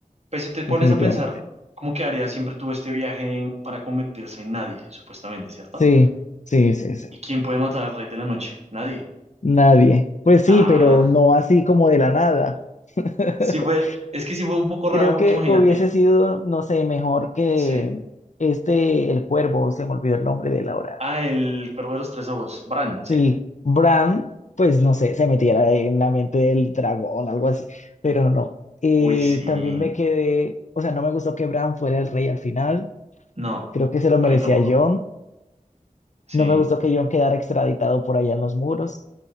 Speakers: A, on the right (about 50°); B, on the left (about 55°).
A: Pues si te
B: definitivamente.
A: pones a pensar, ¿cómo quedaría siempre tuvo este viaje en- para convertirse en nadie, supuestamente, ¿cierto?
B: Sí, sí, sí, sí.
A: ¿Y quién puede matar al rey de la noche? Nadie.
B: Nadie. Pues sí,
A: Ah,
B: pero no así como de la nada. <laughs>
A: sí fue. Es que sí fue un poco raro
B: Creo
A: porque
B: que
A: imagínate.
B: hubiese sido, no sé, mejor que
A: Sí.
B: este, el cuervo, se me olvidó el nombre de la hora.
A: Ah, el cuervo de los tres ojos. Bran, sí.
B: Sí, Bran, pues no sé, se metiera en la mente del dragón, algo así, pero no. Eh,
A: Uy, sí.
B: también me quedé, o sea, no me gustó que Bran fuera el rey al final,
A: No,
B: creo que se lo merecía
A: a mí tampoco.
B: Jon,
A: Sí.
B: no me gustó que Jon quedara extraditado por allá en los muros,